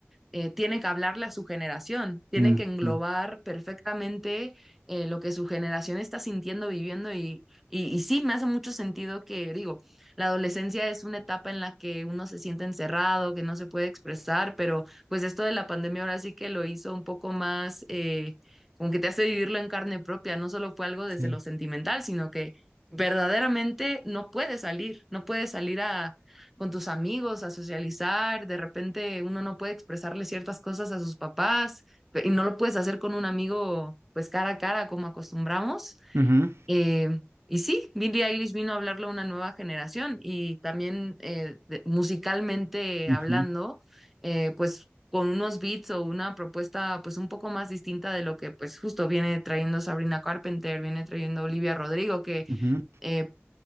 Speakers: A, in the centre; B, on the right.
A: eh, tiene que hablarle a su generación, tiene
B: mm,
A: que englobar
B: mm,
A: perfectamente eh, lo que su generación está sintiendo, viviendo y, y, y sí, me hace mucho sentido que digo, la adolescencia es una etapa en la que uno se siente encerrado, que no se puede expresar, pero pues esto de la pandemia ahora sí que lo hizo un poco más, eh, como que te hace vivirlo en carne propia, no solo fue algo desde
B: Sí.
A: lo sentimental, sino que verdaderamente no puedes salir, no puedes salir a con tus amigos, a socializar, de repente uno no puede expresarle ciertas cosas a sus papás pe- y no lo puedes hacer con un amigo pues cara a cara como acostumbramos.
B: Ujú.
A: Eh, y sí, Billie Eilish vino a hablarle a una nueva generación y también eh, de- musicalmente
B: ujú,
A: hablando, eh, pues con unos beats o una propuesta pues un poco más distinta de lo que pues justo viene trayendo Sabrina Carpenter, viene trayendo Olivia Rodrigo, que
B: ujú.
A: eh,